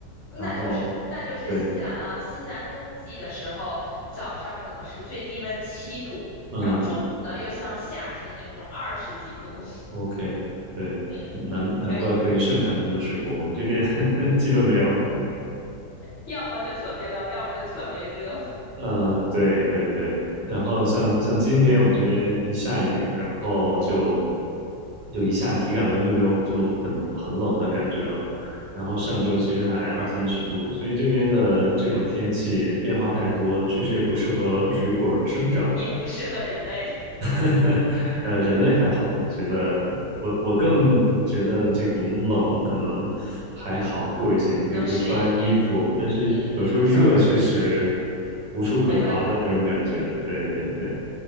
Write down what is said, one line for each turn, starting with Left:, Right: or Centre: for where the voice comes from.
Left: 那就是那就是新西兰啊，
Right: 然后对，
Left: 新西兰冬季的时候，早上可能是最低温七度，
Right: 嗯
Left: 然后中午呢又像夏天那种二十几度，
Right: ，OK，对，嗯难难怪可以盛产那么多水果，
Left: <laughs> 嗯，就
Right: 我们这边 <laughs> 基本没有。
Left: 要么就特别冷，要么就特别热，
Right: 呃，对对对，然后像像今天我们这边一下雨，然后就就一下体感温度就就很很冷的感觉了。
Left: 嗯，
Right: 然后上周其实还二三十度，所以这边的这种天气变化太多，确实也不适合水果的生长。
Left: 也不适合人类
Right: <laughs> 呃，人类还好，我觉得我我更觉得这种冷可能还好过一些，你可以多穿衣服，
Left: 能适应一点，
Right: 但是有时候热确实
Left: 嗯，调整一下，
Right: 无处可逃的那种感觉。
Left: 没办法，
Right: 对对对。